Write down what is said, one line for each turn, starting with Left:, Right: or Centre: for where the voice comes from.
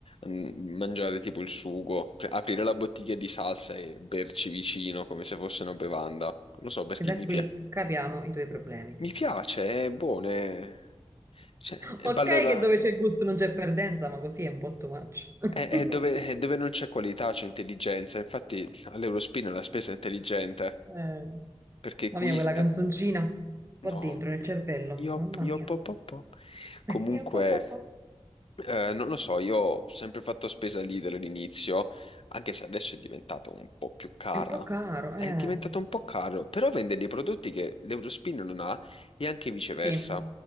Left: mm, mangiare tipo il sugo, pre- aprire la bottiglia di salsa e berci vicino come se fosse una bevanda. Non lo so perché
Right: e da
Left: mi
Right: qui
Left: piace.
Right: capiamo i tuoi problemi.
Left: Mi piace, è buono. è- Cioè, e
Right: Ok
Left: beh, allora
Right: che dove c'è gusto non c'è perdenza, ma così è un po' too much. <laughs>
Left: è, è dove, è dove non c'è qualità, c'è intelligenza. Infatti all'Eurospin la spesa è intelligente,
Right: Eh,
Left: perché
Right: mamma
Left: Quist,
Right: mia, quella canzoncina qua
Left: no,
Right: dentro nel cervello,
Left: io,
Right: mamma
Left: io
Right: mia.
Left: po, po, po. Comunque,
Right: <laughs> Io, po, po, po.
Left: eh, non lo so, io ho sempre fatto spesa lì dall'inizio, anche se adesso è diventato un po' più cara.
Right: È un po' caro,
Left: È
Right: eh.
Left: diventato un po' caro, però vende dei prodotti che l'Eurospin non ha e anche viceversa.
Right: Sì,